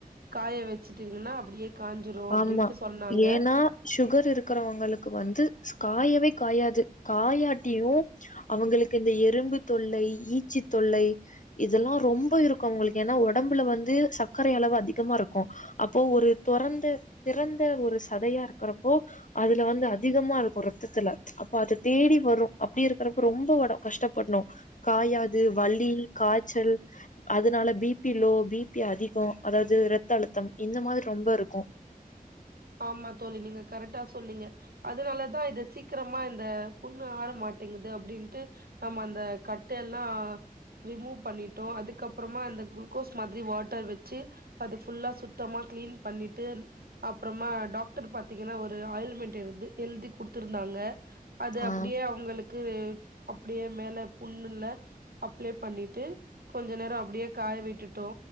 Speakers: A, on the right (about 85°); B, on the left (about 55°).
A: காய வச்சுட்டீங்கன்னா அப்டியே காஞ்சுரு
B: ஆமா
A: அப்டின்ட்டு சொன்னாங்க
B: ஏன்னா சுகர் இருக்றவங்களுக்கு வந்து காயவே காயாது காயாட்டியு அவுங்களுக்கு இந்த எறும்பு தொல்லை ஈச்சி தொல்லை இதெல்லா ரொம்ப இருக்கு அவுங்களுக்கு ஏனா ஒடம்புல வந்து சர்க்கரை அளவு அதிகமாருக்கு அப்போ ஒரு தொறந்த திறந்த ஒரு சதயா இருக்றப்போ அதுல வந்து அதிகமாருக்கு ரத்தத்துல அப்ப அது தேடி வரு அப்டி இருக்றப்ப ரொம்ப ஒட கஷ்டப்பட்ணு காயாது வலி காய்ச்சல் அதனால பிபி லோ பிபி அதிகோ அதாது ரத்த அழுத்தம் இந்த மாரி ரொம்பருக்கு
A: ஆமா தோழி நீங்க கரெக்டா சொன்னீங்க அதுனாலதா இத சீக்கிரமா இந்த புண்ணு ஆற மாட்டேங்கிது அப்டின்ட்டு நம்ம அந்த கட்டெல்லா ரிமூவ் பண்ணிட்டோ அதுக்கப்றமா இந்த குளுகோஸ் மாதிரி வாட்டர் வச்சு அது ஃபுல்லா சுத்தமா க்ளீன் பண்ணிட்டு அப்றமா டாக்டர் பாத்தீங்கன்னா ஒரு ஆயில்மென்ட் எழ்து எழ்தி குடுத்திருந்தாங்க அது
B: ஆ
A: அப்டியே அவுங்களுக்கு அப்டியே மேல புண்ணுல்ல அப்ளை பண்ணிட்டு கொஞ்சோ நேரோ அப்டியே காய விட்டுட்டோ